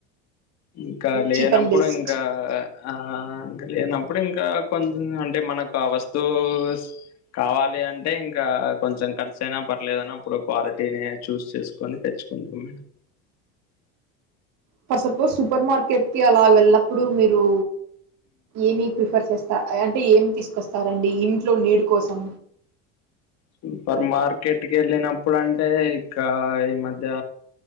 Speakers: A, on the left; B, on the right.
A: ఇంకా లేనప్పుడు
B: చీప్ అండ్ బెస్ట్
A: ఇంకా ఆ ఇంక లేనప్పుడు ఇంకా కొం అంటే మనకు ఆ వస్తూవ్స్ కావాలి అంటే ఇంకా కొంచెం ఖర్చయినా పర్లేదన్నీ అప్పుడు క్వాలిటీని చూస్ చేసుకొని తె చ్ కుంటాం
B: ఫర్ సపోజ్ సూపర్ మార్కెట్కిి అలా వెళ్ళప్పుడు మీరూ ఏమి ప్రిఫర్ చేస్త ట అంటే ఏం తీసుకొస్తారండి ఇంట్లో నీడ్ కోసం
A: సూపర్ మార్కెట్కి ఏళ్ళినప్పుడు అంటే ఇకా ఈ మధ్య